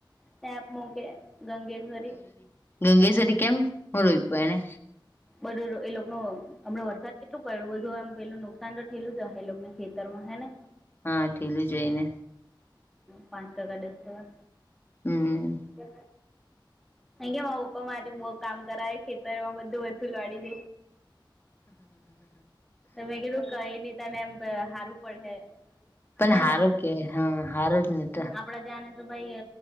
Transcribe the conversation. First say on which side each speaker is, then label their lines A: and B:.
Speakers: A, in the centre; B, on the left (about 25°).
A: સેપ મોકે ગંગેશ્વરી.
B: ગંગેશ્વરીકેમ મુળવીપ એને.
A: બધ એલો ન હમણા વરસાદ કેટલું પડ્યું, બધું એમ પેલું નુકસાન તો થઠેલું છે, હ એ લોકો ને ખેતરમાં હે ને.
B: હા ઢીલું જોઈને
A: હા, પાંચ ટકા, દસ ટકા.
B: હમ
A: છે. કે પપ્પા મારી બુ કામ કરાયે, ખેતરમાં બધું જ. ફિલવાડી દ મે કે <unintelligible> કઈ ને, તમે એમ હારું પડે.
B: પણ
A: હે
B: હારો કે, હા હાર જ ને તો.
A: કપડા જને તો ભાઈ